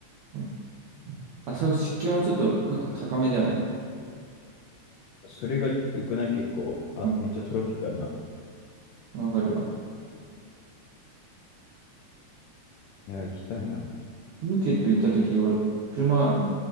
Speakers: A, on the right; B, on the left.
A: おいあ、そう、湿気はちょっとか高めだよね。
B: それがよ良くない結構、あ、
A: わ
B: めっちゃトロピカルな。
A: わかるわ。
B: いや、行きたいな。
A: プーケット行った時、俺車